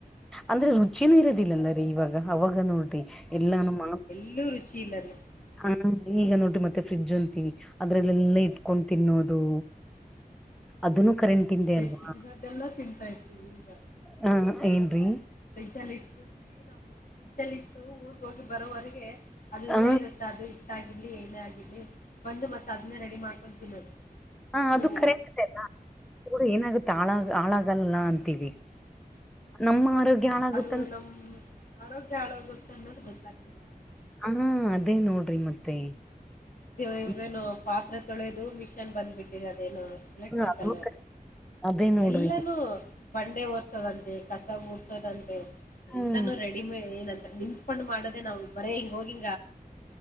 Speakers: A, in the centre; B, on the left.
A: ಅಂದ್ರೆ ರುಚಿನೂ ಇರೋದಿಲ್ಲಲ್ಲ ರೀ ಇವಾಗ ಅವಾಗ ನೋಡ್ರಿ <inaudible> ಎಲ್ಲಾನು ಮಾ
B: ಇಲ್ಲೂ ರುಚಿ ಇಲ್ಲ ರೀ
A: ಹ ಈಗ ನೋಡಿ ಮತ್ತೆ ಫ್ರಿಜ್ ಅಂತೀವಿ ಅದ್ರಲ್ಲೆಲ್ಲಾ ಇಟ್ಕೊಂಡ್ ತಿನ್ನೋದು ಅದನ್ನು ಕರೆಂಟಿಂದೆ ಅಲ್ವಾ
B: ಎಷ್ಟು ದಿನದೆೆಲ್ಲ ತಿಂತಾ ಇರ್ತೀವಿ ಈಗ
A: ಹಾ ಏನ್ರಿ
B: ಫ್ರಿಡ್ಜ್ ಅಲ್ಲಿ ಇಟ್ಬಿಟ್ಟಿ ನಾವು ಫ್ರಿಡ್ಜ್ ಲ್ಲಿ ಇಟ್ಟು ಊರ್ಗ ಹೋಗಿ ಬರೋವರೆಗೆ ಅಲ್ಲೇ
A: ಹ
B: ಇರುತ್ತೆ ಅದು ಹಿಟ್ಟಾಗಿರಲಿ ಏನೇ ಆಗಿರ್ಲಿ ಬಂದು ಮತ್ತ ಅದನ್ನೇ ರೆಡಿ ಮಾಡ್ಕೊಂಡು ತಿನ್ನೋದು
A: ಹಾ ಅದು
B: ಈಗ
A: ಕರೆ ಆದೆ ಅಲ್ಲಊರು ಏನಾಗುತ್ತೆ ಆಳಾಗ ಹಾಳಾಗಲ್ಲ ಅಂತೀವಿ ನಮ್ಮ
B: ಹೌದು
A: ಆರೋಗ್ಯ ಹಾಳಾಗುತ್ತಾ
B: ಅದು ನಮ್ಮ ಆರೋಗ್ಯ ಹಾಳ ಗೊತ್ತೆ ಅನ್ನೋದು ಗೊತ್ತಾಗ್ತಿಲ್ಲ ಯಾರಿಗೂ.
A: ಹಾ ಅದೇ ನೋಡ್ರಿ ಮತ್ತೆ
B: ಇದ ಇವೇನು
A: ಈಗ
B: ಪಾತ್ರೆ ತೊಳೆದು ಮಿಶನ್ ಬಂದ್ಬಿಟ್ಟಿದೆ ಅದೇನು ಎಲೆಕ್ಟ್ರಿಕಲ್ಲು
A: ಅದು ಅದೇ ನೋಡ್ರಿ
B: ಎಲ್ಲಾನೂ ಬಂಡೆ ಓರ್ಸೋದಂತೆ ಕಸ ಗೂಡ್ಸದಂತೆ
A: ಹ್ಮ್
B: ಎಲ್ಲಾನೂ ರೆಡಿ ಕಡಿಮೆ ಏನಂತ ನಿಂತ್ಕೊಂಡ್ ಮಾಡೋದ ನಾವು ಬರೇ ಹಿಂಗ ಹೋಗಿ